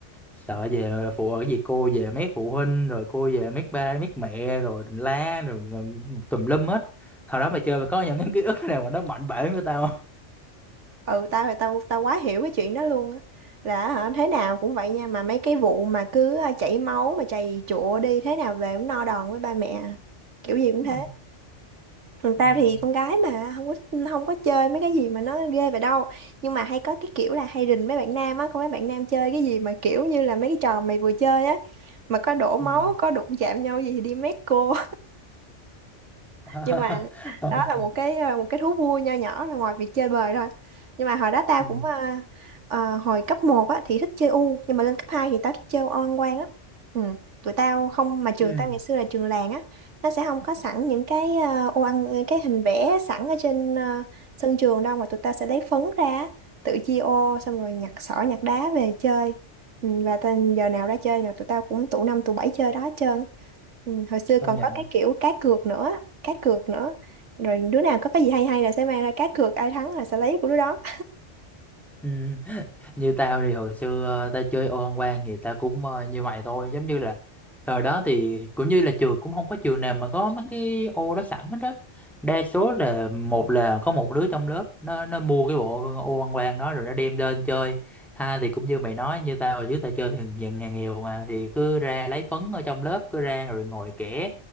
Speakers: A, in the centre; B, on the right (about 75°).
A: sợ về phụ ở gì cô về mấy phụ huynh rồi cô về mấy ba mấy mẹ rồi đỉnh la rồi, rồi tùm lum hết hồi đó mày chơi mày có những cái ký ức nào mà nó mạnh bể với tao không
B: ừ tao thì tao tao quá hiểu cái chuyện đó luôn á là hả, thế nào cũng vậy nha mà mấy cái vụ mà cứ à, chảy máu mà chày chụa đi thế nào về cũng no đòn với ba mẹ à. kiểu gì cũng
A: ừ
B: thế còn
A: ừ
B: tao thì con gái mà không có không có chơi mấy cái gì mà nó ghê vậy đâu nhưng mà hay có cái kiểu là hay rình mấy bạn nam á có mấy bạn nam chơi cái gì mà kiểu như là mấy cái trò mày vừa chơi á mà có đổ máu
A: ừ
B: có đụng chạm nhau gì thì đi mét cô
A: <laughs>
B: nhưng mà
A: Công-
B: đó là một cái ờ, một cái thú vui nho nhỏ rồi ngoài việc chơi bời thôi nhưng mà hồi đó tao
A: ừ,
B: cũng ờ, ờ, hồi cấp một á thì thích chơi u nhưng mà lên cấp 2 thì tao thích chơi oan quan á ừ. tụi tao không mà trường
A: ừ.
B: tao ngày xưa là trường làng á nó sẽ không có sẵn những cái ờ, ô ăn những cái hình vẽ sẵn ở trên ờ, sân trường đâu mà tụi tao sẽ lấy phấn ra á, tự chia ô xong rồi nhặt sỏi nhặt đá về chơi ừ. và tên giờ nào ra chơi là tụi tao cũng tụ năm tụ bảy chơi đó hết trơn Ừ, hồi xưa
A: công
B: còn
A: nhận
B: có cái kiểu cá cược nữa cá cược nữa rồi đứa nào có cái gì hay hay là sẽ mang ra cá cược ai thắng là sẽ lấy của đứa đó
A: Ừ. Như tao thì hồi xưa ờ, tao chơi ô ăn quan thì tao cũng ờ, như mày thôi giống như là thời đó thì cũng như là trường cũng không có trường nào mà có mấy cái ô đó sẵn hết đó đa số là một là có một đứa trong lớp nó nó mua cái bộ ô ăn quan đó rồi nó đem lên chơi ha thì cũng như mày nói như tao hồi trước tao chơi thì dần nhà nghèo mà thì cứ ra lấy phấn ở trong lớp cứ ra rồi ngồi kẻ